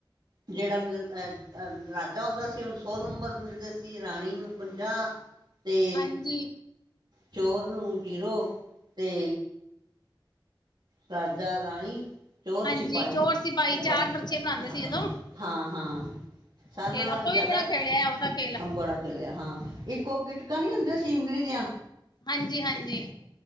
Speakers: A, on the right; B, on the left.
A: ਜਿਹੜਾ ਮਿਲ ਅ ਅਹ ਰਾਜਾ ਹੁੰਦਾ ਸੀ ਉਹੁਨੂੰ ਸੌ ਨੰਬਰ ਮਿਲਦੇ ਸੀ ਰਾਣੀ ਨੂੰ ਪੰਜਾਹ ਤੇ
B: ਹਾਂਜੀ
A: ਚੋਰ ਨੂੰ ਜੀਰੋ ਤੇ ਰਾਜਾ ਰਾਣੀ ਚੋਰ
B: ਹਾਂਜੀ
A: ਸਿਪਾਹੀ
B: ਚੋਰ ਸਿਪਾਹੀ
A: ਪਰ
B: ਚਾਰ ਪਰਚੇ ਬਣਾਉਂਦੇ
A: ਹਾਂ
B: ਸੀ ਜਦੋਂ
A: ਹਾਂ ਹਾਂ ਹਾਂ
B: ਉਹ
A: ਸਾਨੂੰ
B: ਖੇਲ ਆਪਾਂ
A: ਜ਼ਿਆਦਾ
B: ਵੀ ਬੜਾ ਖੇਲਿਆ ਉਹਦਾ ਖੇਲ
A: ਬੜਾ ਖੇਲਿਆ ਹਾਂ ਇੱਕੋ ਗਿਟਕਾ ਨੀ ਹੁੰਦੀਆਂ ਸਿੰਿਮਲੀ ਦੀਆਂ
B: ਹਾਂਜੀ ਹਾਂਜੀ